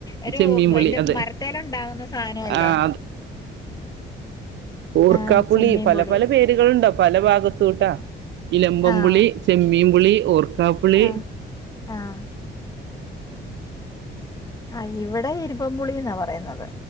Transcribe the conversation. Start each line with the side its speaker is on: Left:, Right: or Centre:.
Left: ഒരു
Right: ചെമ്മീൻ പുളി
Left: ഇത്
Right: അതെ
Left: മരത്തേൽ ഉണ്ടാകുന്ന സാധന അല്ലേ
Right: ആഹ് ഓർക്കാപുളി
Left: ആഹ് ചെമ്മീൻ
Right: പല
Left: പുളി
Right: പല പേരുകളുണ്ട് പല ഭാഗത്തൂട്ടാ- ഇലമ്പം
Left: ആഹ്
Right: പുളി ചെമ്മീൻപുളി ഓർക്കാപ്പുളി
Left: ആഹ് ആഹ് ആ ഇവിടെ ഇരുപംമ്പുളിന്നാ പറയുന്നത്